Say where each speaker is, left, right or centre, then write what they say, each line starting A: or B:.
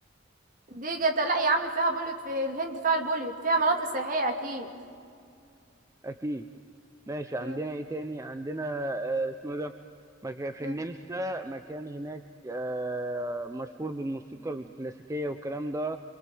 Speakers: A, on the right; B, on the right.
A: دي جت لا يا عم فيها بوليوت في الهند فيها البوليوت فيها مناطق سياحية أكيد
B: اكيد ماشي عندنا
A: مم.
B: ايه تاني عندنا آه اسمه ده مك- في
A: مم.
B: النمسا مكان هناك آه، مشهور بالموسيقى الكلاسيكية والكلام ده